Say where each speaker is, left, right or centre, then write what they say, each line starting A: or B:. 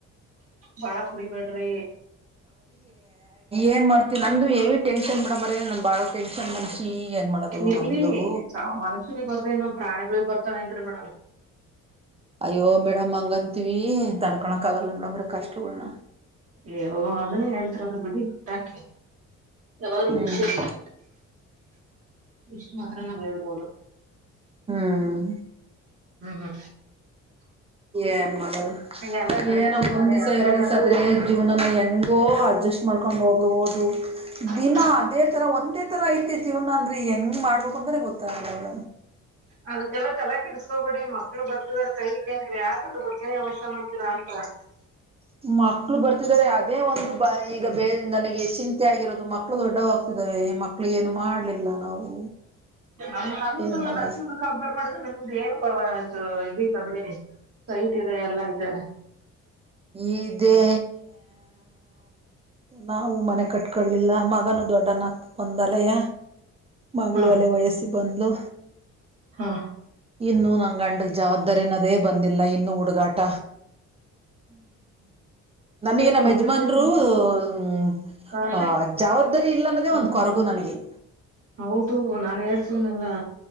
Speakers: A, on the right (about 50°); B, on the right (about 20°).
A: ಬಾಳ ಕುಡಿಬ್ಯಾಡ್ರಿ.
B: ಏನ್ ಮಾಡ್ತವಿ ನಂದು್ದು ಎವಿ ಟೆನ್ಷನ್ ಬಿಡ ಮರ ನಮ ಬಾಳ ಟೆನ್ಷನ್ ಮನ್ಷಿ. ಏನ್ ಮಾಡೋದು
A: ಇಲ್ಲಿ
B: ನಮ್ದು
A: ಮನಸುಲಿ ಬರ್ದೇನ್ ಪ್ರಾಣಿಗಳುಿ ಬರ್ತಾವೇನ್ರರಿ ಮೇಡಮ್.
B: ಅಯ್ಯೋ ಮೇಡಮ್ ಹಂಗಂತೀವಿ ತನ್ಕೊಳಕ್ ಆಗಲ್ಲ ಮೇಡಮ್ರೆ ಕಷ್ಟಗಳನ.
A: ಏ ಅದನ್ನೇ ಹೇಳ್ತ ಅದು ಬಿಳ ಬಿಟ್ಟಾಕಿ. ಯಾವಾಗ್ಲೂ
B: ಹ್ಮ್
A: ಖುಷಿ ಇರಲಿ. ಇಷ್ಟು ಮಾತ್ರ ನಾವ್ ಹೇಳ್ಬೋದು.
B: ಹ್ಮ್.
A: ಹ್ಮ ಹ್ಮ.
B: ಏನ್ ಮಾಡೋದು?
A: ಎಲ್ಲ ಫ್ರೆಂಡ್ಶಿಪ್
B: ಏನೋ ಒಂದ್
A: ಮೇಲೆ
B: ದಿವ್
A: ಅದ್ರ
B: ಎರಡು
A: ಮೇಲೂ
B: ದ್ಸ ಆದ್ರೆ ಈ ಜೀವನನ್ನ ಹೆಂಗೋ ಅಡ್ಜಸ್ಟ್ ಮಾಡ್ಕೊಂಡ್ ಹೋಗಬ ದಿನ
A: ಹ್ಮ್,
B: ಅದೇ ತರ ಒಂದೇ ಈ ತರ ಐತಿತಿ ಇವನ ಅಂದ್ರೆ ಹೆಂಗ್ ಮಾಡ್ಬೇಕ ಅಂದ್ರೆ ಗೊತ್ತಾಗಲ್ಲ.
A: ಅದಕ್ಕೆಲ್ಲ ತಲೆ ಕೆಿಸಸ್ಕೋಬೇಡಿ ಮಕ್ಳು ಬರ್ತಿದಾರ ಕೈ ಇೇನ ಯಾಕೆ ಅ ಬಗ್ಗೆ ವ್ಯಸ್ಥ ಮಾಡ್ತಿರಾ ಹ.
B: ಮಕ್ಳು ಬರ್ತಿದಿದ್ದಾರೆ ಅದೇ ಒಂದು ಬ ಈಗ ಬೇ ನನಗೆ ಹೆನ್ ಆಗಿರೋದು ಮಕ್ಕಳು ದೊಡ್ಡವಾಗ್ತಿದಾವೆ ಮಕ್ಳು ಏನು ಮಾಡ್ಲಿಲ್ಲ ನಾವು.
A: ನಮಂಟ
B: ಏನ್ ಮಾಡೋದು
A: ನ ಕಂಪೇರ್ ಮಾಡ ಇದು ಏನ್ ಪ್ರವಾ ಆಯ್ತು ಇದಿಲ್ಲ ಬಿಡಿ ಸೈಟ್ ಇದೆ ಎಲ್ಲ ಇದೆ.
B: ಇದೇ ನಾವು ಮನೆ ಕಟ್ಕೊಳ್ಳಲಿಲ್ಲ ಮಗನು ದೊಡ್ಡನಕ್ ಬಂದಲಯ. ಮಗಳು
A: ಹಾ
B: ಅಲೆ ವಯಸ್ಸಿ ಬಂದ್ಲು.
A: ಹಾ
B: ಇನ್ನು ನಂ ಗಂಡದ ಜವಾಬ್ದಾರಿನದೇ ಬಂದಿಲ್ಲ ಇನ್ನುೂ ಹುಡುಗಾಟ. ನನಗೆ
A: ಅಯ್ಯ
B: ನಮ್ಮ
A: ನಿಮ್ಮ
B: ಯಜಮಾನ್ರು
A: ಅಪ್ಪಾಜಿ ಏನ್ ನೋಡು
B: ಹ.
A: ಕಾರ್
B: ಆ ಜವಾಬ್ದಾರಿ ಇಲ್ಲ ಅನ್ನೋದೇ
A: ಹ್ಮ್
B: ಒಂದ್ ಕೊರಗು ನನಗೆ.
A: ಹೌದು ನಾನ್ ಹೇಳ್ತೀನೆಲ್ಲಾ.